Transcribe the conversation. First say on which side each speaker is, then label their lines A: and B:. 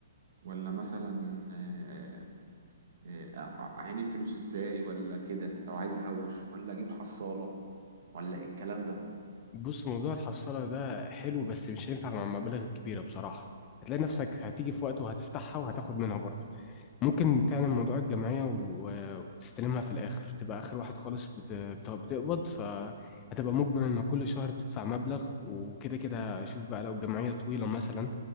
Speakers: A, on the right; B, on the left.
A: ولا مثلا آه، آه، أعين الفلوس ازاي ولا كده لو عايز أحوش ولا أجيب حصالة ولا إيه الكلام ده
B: بص موضوع الحصاله ده حلو بس مش هينفع مع المبالغ الكبيره بصراحه هتلاقي نفسك هتيجي في وقت وهتفتحها وهتاخد منها برضه ممكن فعلا موضوع الجمعية و- وتستلمها في الآخر تبقى آخر واحد خالص بت- بت- بتقبض فهتبقى مجبر إن كل شهر بتدفع مبلغ وكده كده شوف بقى لو الجمعية طويلة مثلا